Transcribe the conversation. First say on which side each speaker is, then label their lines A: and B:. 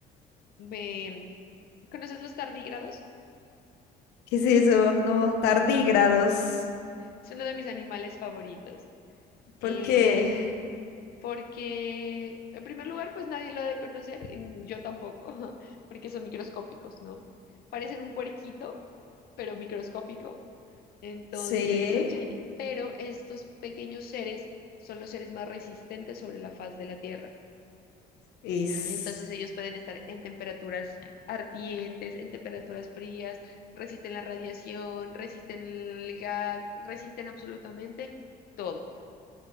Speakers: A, on the left (about 65°); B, on the left (about 80°).
A: Ve, ¿conoces los tardígrados?
B: ¿Qué es eso? No, tardígrados.
A: Ujú. Es uno de mis animales favoritos.
B: Porque
A: Eh, porque, en primer lugar, pues nadie lo ha de conocer, y yo tampoco, <laughs> porque son microscópicos, ¿no? Parecen un puerquito, pero microscópico. Entonces
B: sí,
A: son chiquititos, pero estos pequeños seres son los seres más resistentes sobre la faz de la Tierra.
B: es...
A: Entonces ellos pueden estar en temperaturas ardientes, en temperaturas frías, resisten la radiación, resisten el gas, resisten absolutamente todo.